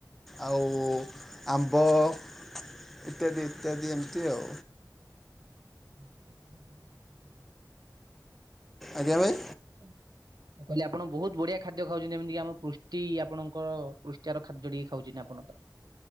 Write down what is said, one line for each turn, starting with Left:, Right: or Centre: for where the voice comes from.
Centre: ଆଉ ଆମ୍ବ ଇତ୍ୟାଦି ଇତ୍ୟାଦି ଏମିତି ଆଉ।
Right: <inaudible> <inaudible>
Centre: ଆଜ୍ଞା ଭାଇ?
Right: ହୁଁ। କହିଲି ଆପଣ ବହୁତ ବଢିଆ ଖାଦ୍ୟ ଖାଉଛନ୍ତି ଯେମିତିି ଆମ ପୃଷ୍ଟି ଆପଣଙ୍କର ପୃଷ୍ଟିଆର ଖାଦ୍ୟ ଟିକେ ଖାଉଛନ୍ତି ଆପଣ ତ।